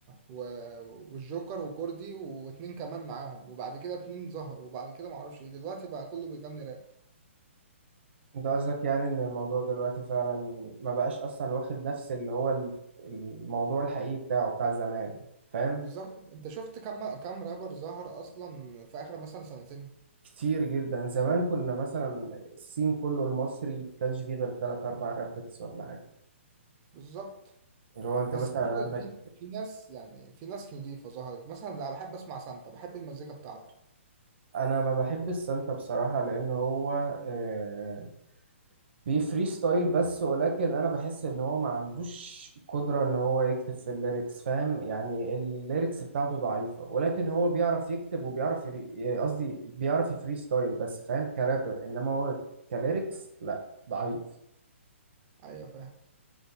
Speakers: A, on the right; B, on the right.
A: و... والجوكر وكوردي واتنين كمان معاهم وبعد كده اتنين ظهروا وبعد كده معرفش ايه دلوقتي بقى كله بيغني راب
B: انت قصدك يعني ان الموضوع دلوقتي فعلا ما بقاش اصلا واخد نفس اللي هو ال- الموضوع الحقيقي بتاعه بتاع زمان فاهم
A: بالظبط انت شفت كم كم رابر ظهر اصلا في اخر مثلا سنتين
B: كتير جدا زمان كنا مثلا السين كله المصري كانش فيه غير تلات اربع رابرز ولا حاجه
A: بالظبط
B: اللي هو انت
A: بس
B: مثلا
A: برضه
B: عندك
A: في في ناس يعني في ناس نضيفة ظهرت مثلا انا بحب اسمع سانتا بحب المزيكا بتاعته
B: انا ما بحب السانتا بصراحه لان هو آه، بيفري ستايل بس ولكن انا بحس ان هو ما عندوش قدرة ان هو يكتب في الليركس فاهم يعني الليركس بتاعته ضعيفة ولكن هو بيعرف يكتب وبيعرف يري- قصدي بيعرف يفري ستايل بس فاهم كرابر انما هو كليركس لا ضعيف
A: ايوه فاهم